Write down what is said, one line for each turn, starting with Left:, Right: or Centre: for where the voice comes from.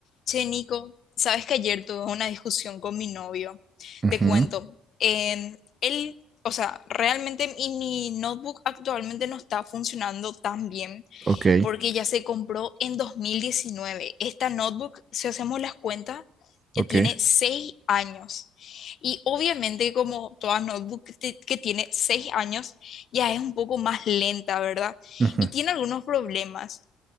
Left: Che, Nico, sabes que ayer tuve una discusión con mi novio.
Right: Ujú,
Left: Te cuento. em, él, o sea, realmente mi mi notebook actualmente no está funcionando tan bien
Right: Ok,
Left: porque ya se compró en 2019. Esta notebook, si hacemos las cuentas,
Right: ok,
Left: ya tiene seis años. Y obviamente, como toda notebook que te- que tiene seis años, ya es un poco más lenta, ¿verdad?
Right: ujú,
Left: Y tiene algunos problemas.